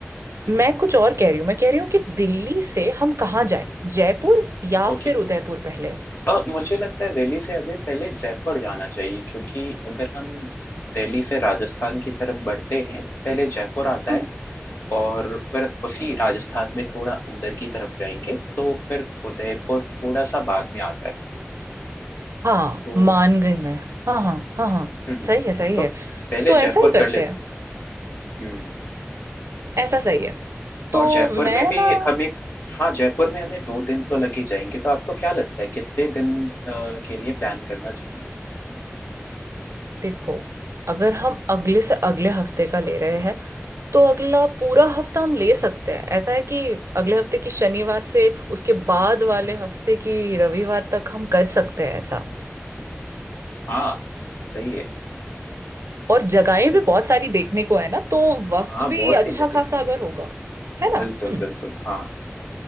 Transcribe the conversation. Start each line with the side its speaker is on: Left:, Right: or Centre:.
Right: मैं कुछ और कह रही हूँ मैं कह रही हूँ कि दिल्ली से हम कहाँ जाए जयपुर या
Left: ओके
Right: फिर उदयपुर पहले
Left: अ, मुझे लगता है दिल्ली से हमें पहले जयपुर जाना चाहिए क्योंकि अगर हम दिल्ली से राजस्थान की तरफ बढ़ते हैं तो पहले जयपुर आता
Right: हम्म,
Left: है और फिर उसी राजस्थान में थोड़ा अंदर की तरफ जाएंगे तो फिर उदयपुर थोड़ा सा बाद में आता है
Right: हाँ
Left: तो
Right: मान गई मैं हाँ हाँ हाँ हाँ
Left: हम्म, हम्म,
Right: सही है सही
Left: तो
Right: है
Left: पहले
Right: तो ऐसा
Left: जयपुर
Right: ही करते
Left: कर लेते
Right: हैं
Left: हैं। हम्म
Right: ऐसा सही है तो
Left: और जयपुर
Right: मैं
Left: में भी
Right: ना
Left: हम एक हाँ जयपुर में हमें दो दिन तो लग ही जाएंगे तो आपको क्या लगता है कितने दिन अ, के लिए प्लान करना चाहिए
Right: देखो अगर हम अगले से अगले हफ्ते का ले रहे हैं तो अगला पूरा हफ्ता हम ले सकते हैं ऐसा है कि अगले हफ्ते की शनिवार से उसके बाद वाले हफ्ते की रविवार तक हम कर सकते हैं ऐसा
Left: हाँ सही है
Right: और जगहें
Left: सही-
Right: भी बहुत सारी देखने को है ना तो वक्त
Left: हाँ
Right: भी
Left: बहुत
Right: अच्छा
Left: सी जगह
Right: खासा अगर होगा है ना
Left: बिल्कुल
Right: हम्म
Left: बिल्कुल हाँ